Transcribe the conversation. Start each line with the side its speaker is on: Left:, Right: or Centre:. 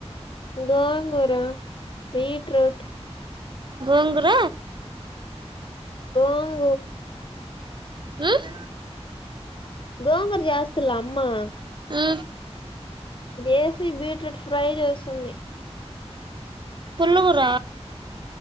Left: గోంగూర బీట్రూట్
Right: గోంగూర
Left: గోంగూర
Right: మ్మ్
Left: గోంగర జాస్లా అమ్మా
Right: ఆ
Left: చేసి బీట్రూట్ ఫ్రై చేస్తుంది
Right: పుల్లగూర